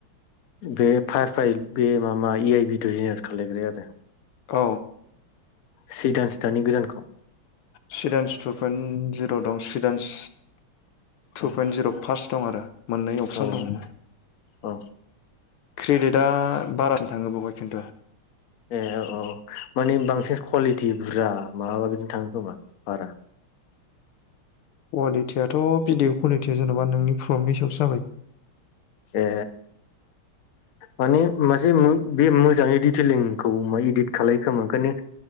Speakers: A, on the left; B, on the left.
A: बे फार फाय बे माबा ए आइ भिदिअ जेनेरेत खालायग्राया आरो
B: औ
A: सिदानस दानि गोदानखौ
B: सिइदान्स टु पइन्ट जिर' दं सिइदान्स टु
A: औ
B: पइन्ट जिर' फार्स्ट दं आरो मोननै अपसन
A: औ
B: दं
A: औ
B: क्रेडिट दा बारासिम थाङो बेावहाय खिन्थु
A: ए औ औ मानिे बांसिन कुवालिटि बुरजा माबाबा बिदिनो थाङो खोमा बारा
B: कुवालिटियाथ' भिडिअ कुवालिटिया जेन'बा नोंनि फ्रमनि सायावस
A: ए माने मासे बे मोजाङै दिडिटेलिंखौ इदित खालामल खोमा ओंखायनो